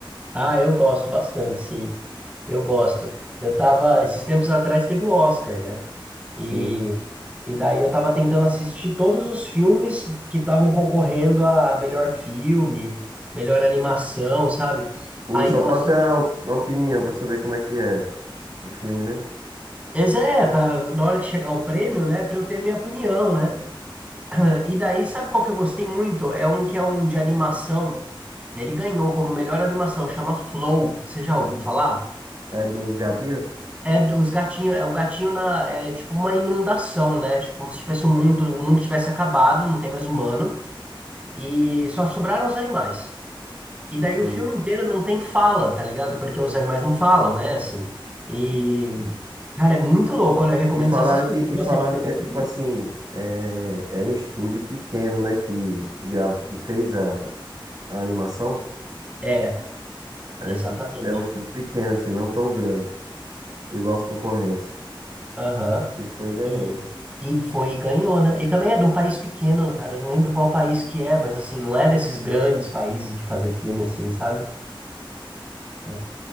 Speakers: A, on the right; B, on the right.
A: Ah, eu gosto bastante, sim. Eu gosto. Eu tava, esses tempos atrás teve o Oscar, né?
B: Sim.
A: E, e daí eu tava tentando assistir todos os filmes que estavam concorrendo a melhor filme, melhor animação, sabe?
B: O,
A: Aí
B: só
A: eu
B: pra
A: assisti.
B: ter a op- a opinião, pra saber como é que é o filme, né?
A: Mas é, pra, na hora que chegar o prêmio, né? Pra eu ter minha opinião, né? E daí, sabe qual que eu gostei muito? É um que é um de animação. Ele ganhou como melhor animação, chama Flow. Você já ouviu falar?
B: É dos gatinhos?
A: É dos gatinhos, é um gatinho na, é tipo uma inundação, né? Tipo como se tivesse o mundo, o mundo tivesse acabado, não tem mais humano e só sobraram os animais. E daí
B: Sim.
A: o filme inteiro não tem fala, tá ligado? Porque os animais não falam, né? Assim. E cara, é muito louco. Olha, eu recomendo
B: E falaram
A: você assistir.
B: que,
A: Você
B: e
A: gosta
B: falaram
A: de filme
B: que
A: assim?
B: é tipo assim, é, é um estúdio pequeno, né? Que, que, grava, que fez a, a animação.
A: É,
B: É
A: exatamente.
B: um estúdio, é um estúdio pequeno, assim, não tão grande, igual os concorrentes.
A: Aham.
B: E foi e ganhou.
A: E, e foi e ganhou, né? E também é de um país pequeno, cara. Eu não lembro qual país que é, mas assim, não é desses grandes países de fazer filme assim, sabe? É,